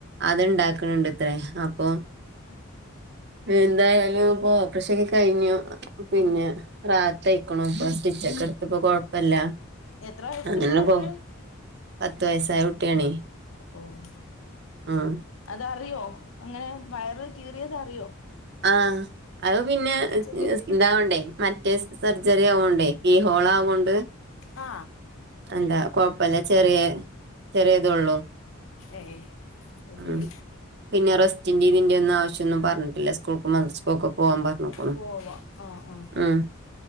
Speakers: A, on the right; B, on the left.
A: അത്ണ്ടാക്കണുണ്ട്ത്രേ അപ്പോ
B: ആഹ്‌
A: എന്തായാലും പ്പൊ ഓപ്പറേഷൊകെ കഴിഞ്ഞു പിന്നെ
B: ആഹ്
A: രാത്രിയായേക്കുണു ഇപ്പോ സ്റ്റിച്ചൊക്കെ എടുത്തിപ്പോ കൊഴപ്പില്ല
B: എത്ര വയസ്സുണ്ട്
A: അങ്ങനെ
B: മോൾക്ക്
A: പോന്നു പത്ത് വയസായ കുട്ടിയാണേ
B: ഓഹ്
A: ഉം
B: അതറിയോ അങ്ങനെ വയറ് കീറിയത് അറിയോ
A: ആഹ് അത് പിന്നെ
B: സ്റ്റിച്ചിന്റെ
A: ഇസ് ഇതാവ്ണ്ടേ മറ്റേ സർജറി ആവോണ്ടേ ഈ ഹോളാവോണ്ട്
B: ആ
A: എന്താ കൊഴപ്പില്ല ചെറിയ ചെറിയതേള്ളു
B: ഏയ് അത് ശരി
A: ഉം പിന്നെ റസ്റ്റിന്റെ ഇതിന്റെ ഒന്നും ആവശ്യന്നും പറഞ്ഞിട്ടില്ല സ്കൂൾക്ക് <unintelligible> പോവാം പർഞ്ഞ്ക്ണു
B: പോവാ ആഹ് ആഹ്
A: ഉം